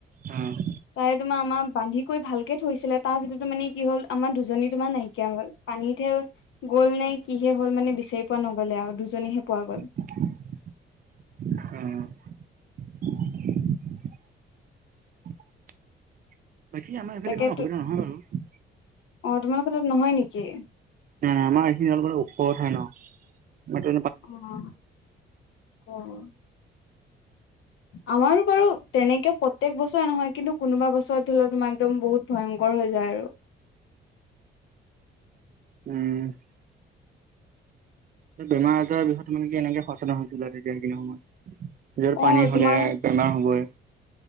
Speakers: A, on the right; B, on the left.
A: অ হ হ অ।
B: তাৰে তোমাৰ আমাৰ বান্ধি কৰি ভালকে থৈছিলে, তাৰ ভিতৰতো মানে কি হল আমাৰ দুজনী তোমাৰ নাইকিয়া হল। পানীতহে গ'ল নে কিহে হ'ল মানে বিচাৰি পোৱা নগলে আৰু দুজনীহে পোৱা গ'ল।
A: ঢি উ ঢি উ উম উ উ ঢি ঢি ঢি উ। হু চু বাকী আমাৰ এইফালে ইমান অসুবিধা
B: তাকে
A: নহয় বাৰু।
B: অ তোমালোকৰ তাত নহয় নেকি?
A: নাই আমাৰ এইখিনি অলপ মানে ওখ ঠাই ন। হয়তো
B: অ অ অ, অ অ। আমাৰো বাৰু তেনেকে প্ৰত্যেক বছৰে নহয়। কিন্তু কোনোবা বছৰত হ'লেও তোমাৰ একদম বহুত ভয়ংকৰ হৈ যায় আৰু
A: উম উ উ উ। যে বেমাৰ - আজাৰৰ বিষয়ত মানে কি এনেকে সচেতন হৈছিলে এনেকে সেইখিনি সময়ত, নিজৰ
B: অ
A: পানী
B: তোমাৰ
A: হলে বেমাৰ হ'বই।